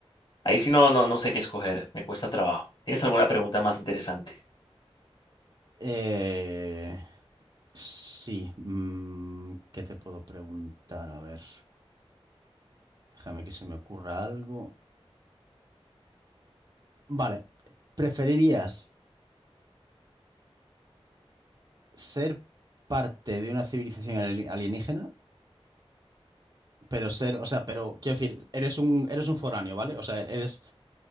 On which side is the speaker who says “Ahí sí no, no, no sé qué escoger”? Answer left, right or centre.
Left